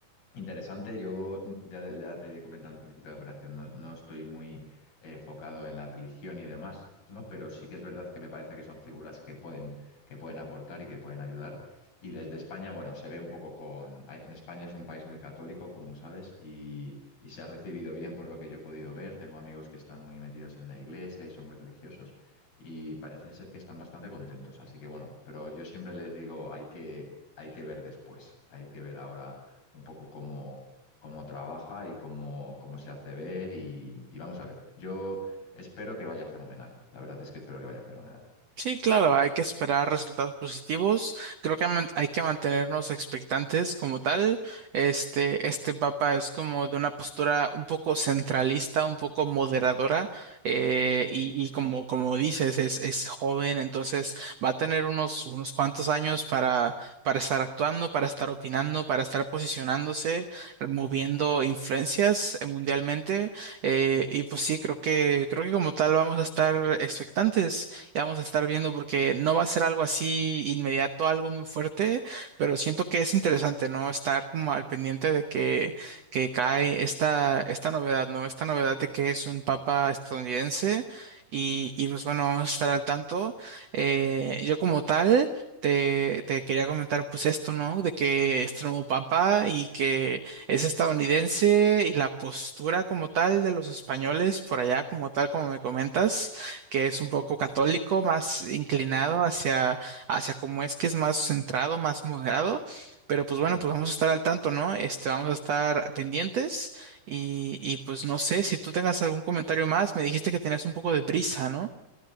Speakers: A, on the left; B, on the right.
A: Interesante, yo mm, ya, te ya te he comentado al principio de la conversación, no, no estoy muy eh, enfocado en la religión y demás, ¿no? Pero sí que es verdad que me parece que son figuras que pueden, que pueden aportar y que pueden ayudar. Y desde España, bueno, se ve un poco con... hay- En España es un país muy católico, como sabes, y, y se ha recibido bien por lo que yo he podido ver. Tengo amigos que están muy metidos en la iglesia y son muy religiosos y parece ser que están bastante contentos. Así que bueno, pero yo siempre les digo, hay que, hay que ver después, hay que ver ahora un poco cómo, cómo trabaja y cómo, cómo se hace ver y, y vamos a ver. Yo espero que vaya fenomenal. La verdad es que espero que vaya fenomenal.
B: Sí, claro, hay que esperar resultados positivos. Creo que man- hay que mantenernos expectantes como tal. Este, este papa es como de una postura un poco centralista, un poco moderadora, eh, y, y como, como dices, es, es joven, entonces va a tener unos, unos cuantos años para, para estar actuando, para estar opinando, para estar posicionándose, moviendo influencias eh, mundialmente. Eh, y pues sí, creo que, creo que como tal vamos a estar expectantes. Ya vamos a estar viendo porque no va a ser algo así inmediato, algo muy fuerte, pero siento que es interesante, ¿no? Estar como al pendiente de que, que cae esta, esta novedad, ¿no? Esta novedad de que es un papa estadounidense y, y pues bueno, vamos a estar al tanto. Eh, yo como tal... Te, te quería comentar pues esto, ¿no? De que este nuevo papa y que es estadounidense y la postura como tal de los españoles por allá, como tal, como me comentas que es un poco católico, más inclinado
A: Sí.
B: hacia, hacia cómo es que es más centrado, más moderado. Pero pues bueno,
A: Ujú.
B: pues vamos a estar al tanto, ¿no? Este, vamos a estar pendientes y, y pues no sé si tú tengas algún comentario más. Me dijiste que tenías un poco de prisa, ¿no?